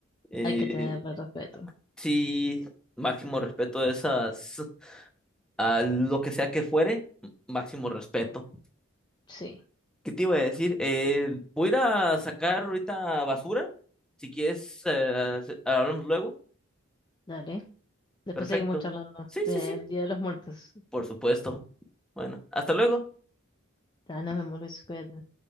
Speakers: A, in the centre; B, on the left.
A: Eh,
B: hay que tenerle respeto.
A: sí, máximo respeto de esas a lo que sea que fuere, máximo respeto.
B: Sí,
A: ¿Qué te iba a decir? Eh, voy a ir a sacar ahorita basura. Si quieres, eh, hablamos luego.
B: dale. Después
A: Perfecto.
B: seguimos charlando
A: Sí,
B: del
A: sí, sí,
B: Día de los Muertos.
A: por supuesto. Bueno, hasta luego.
B: Ya, nos vemos, Luis, cuídate.